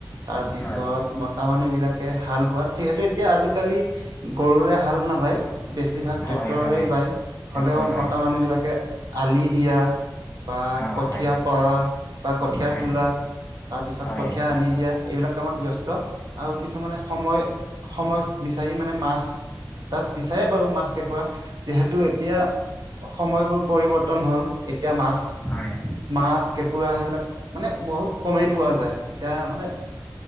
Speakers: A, on the right; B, on the left.
A: তাৰ পিছত
B: হয়
A: মতা মানুহ বিলাক বিলাকে হাল বোৱাত যিহেতু এতিয়া আজিকালি গৰুৰে হাল নাবায়। বেছিভাগ
B: হয়
A: ট্ৰেক্টৰেৰে
B: হয়
A: বায়
B: ট্ৰেক্টৰ
A: হ'লেও
B: হয়
A: মতা মানুহবলাকে আলি দিয়া বা
B: অ
A: কঠীয়া
B: হয়
A: পৰা বা কঠীয়া
B: হয়
A: তোলা তাৰপিছত
B: হয়
A: কঠিয়া
B: হয়
A: আনি দিয়া এইবিলাক কামত ব্যস্ত আৰু কিছুমানে সময় সময় বিচাৰি মানে মাছ তাছ বিচাৰে বাৰু মাছ কেকোৰা। যিহেতু এতিয়া সময়বোৰ পৰিৱৰ্তন হল এতিয়া মাছ
B: হয়।
A: মাছ কেঁকোৰা সেইবিলাক মানে বহুত কমেই পোৱা যায়, এতিয়া মানে